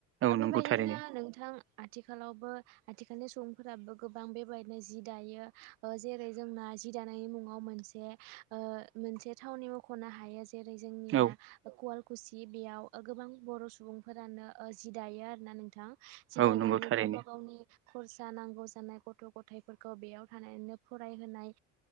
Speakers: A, on the right; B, on the right.
A: औ नंगौ
B: बेबायदिनो
A: थारैनो
B: नोंथां आथिखालावबो आथिखालनि सुबुंफोराबो गोबां बेबायदिनो जि दायो ओ जेरै जोंना जि दानायनि मुं याव मोनसे ओ मोनसे थावनि मोखोनो हाया जेरै जोंनिया
A: औ
B: कवालकुसि बेयाव गोबां बर' सुबुंफोरानो जि दायो आरोना नोंथां। जि
A: औ
B: दानानै
A: नंगौ थारैनो
B: गावबा गावनि खरसा नांगौ जानाय गथ' गथायाइफोरखौ बेयाव थानानैनो फरायहोनाय